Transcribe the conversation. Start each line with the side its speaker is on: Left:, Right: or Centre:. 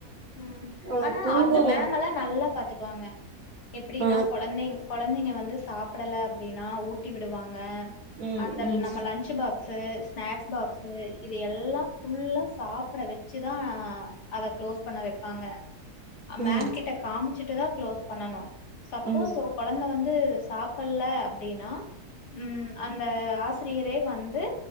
Left: ம்
Right: ஆ
Left: ஆனா
Right: தூங்க
Left: அந்த
Right: வ
Left: மேம் எல்லாம் நல்லா பாத்து குவாங்க எப்டின்னா
Right: ஆ
Left: கொழந்தைங்க கொழந்தைங்க வந்து சாப்பிடல அப்டின்னா ஊட்டி விடுவாங்க
Right: ம்
Left: அந்த
Right: ம்
Left: நம்ம lunch box box snacks box இது எல்லாம் ஃபுல்லா சாப்பிட வச்சுதான் அத க்ளோஸ் பண்ண வைப்பாங்க
Right: ம்
Left: மேம்
Right: ம்
Left: கிட்ட காமிச்சுட்டுதான் க்ளோஸ் பண்ணனும் சப்போஸ்
Right: ம்
Left: ஒரு கொழந்தை வந்து சாப்பல்ல அப்டின்னா ம் அந்த ஆசிரியரே வந்து